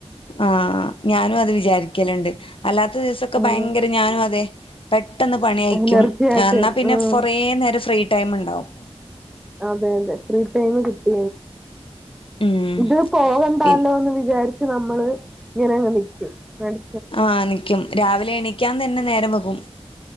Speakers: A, on the left; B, in the centre.
A: ആ ഞാനും അത് വിചാരിക്കലുണ്ട് അല്ലാത്ത ദിവസൊക്കെ
B: അതെ
A: ഭയങ്കര ഞാനും അതെ പെട്ടെന്ന് പണി അയക്കും
B: എനർജി ആയിട്ട്
A: എന്നാ പിന്നെ
B: ഉം
A: കുറേ നേരം ഫ്രീ ടൈം ഉണ്ടാവും
B: അതെ അതെ പ്രീതയമ് കിട്ട
A: ഉം
B: ഇത് പോകണ്ടല്ലോ
A: പിൻ
B: എന്ന് വിചാരിച്ച് നമ്മള് അങ്ങനെ ആണ്ട് നിൽക്കുന്നു
A: ആ നിക്കും രാവിലെ എണീക്കാൻ തന്നെ നേരം വൊകും